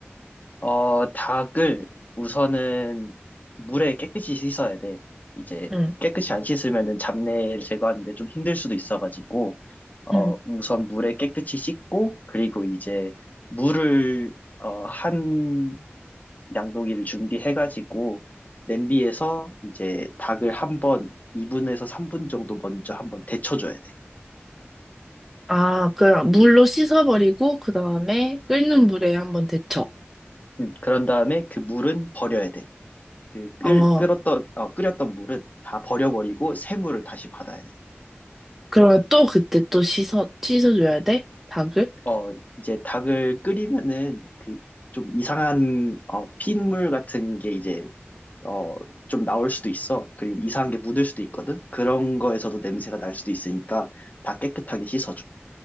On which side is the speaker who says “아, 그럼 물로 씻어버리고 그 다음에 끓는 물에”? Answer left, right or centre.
Centre